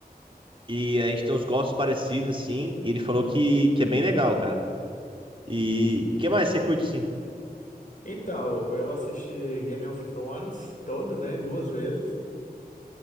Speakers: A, on the right (about 30°); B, on the left (about 50°).
A: E a gente tem uns gostos parecidos, assim. E ele falou que, que é bem legal, cara. E o que mais você curte, assim?
B: Então, eu assisti Game of Thrones todo, né? Duas vezes.